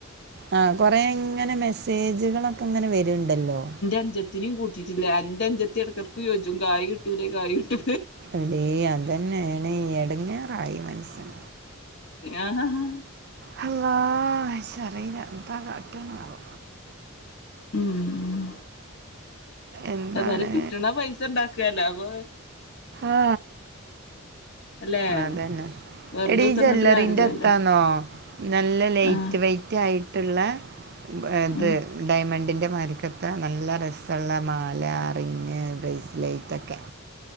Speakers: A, on the right; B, on the left.
A: ആ കൊറേ ങ്ങനെ മെസ്സേജ്കളൊ ക്കെങ്ങനെ വര് ടല്ലോ
B: അഞ്ചത്തിനിം ത്തിനും കൂട്ടിച്ച്ക്ക്ണ് ഇന്റെ അഞ്ചത്തി എടക്കെക്ക് ചോയ്ച്ചും കായി കിട്ടൂലേ കായി കിട്ടൂ
A: എടീ അതന്നേണേ ഈ എടങ്ങേറായി മൻസ്ൻ
B: ആ ഹ ഹാ
A: ഹള്ളാ ഇച്ചറീല ത്താ കാട്ട്ണാവോ
B: ഉം ഉം
A: എന്താണ്
B: എതാലും കിട്ട്ണ പൈസ ഇണ്ടാക്ക അലാ വഹ്
A: ആ
B: അല്ലെ
A: അതന്നെ
B: വെറുതെ
A: എടി
B: കുത്തിർന്നിട്ട്
A: ജ്വല്ലറിന്റെത്താന്നോ
B: കാര്യല്ലല്ലോ
A: നല്ല ലേയ്റ്റ്
B: ആഹ്
A: വെയ്റ്റ് ആയി ട്ട്ള്ളെ പ
B: ആഹ്
A: ത് ഡയമൺ ണ്ടിന്റെ മാരിക്കത്ത നല്ല രസള്ള മാല റിങ് ബ്രേസ്ലേറ്റൊക്കെ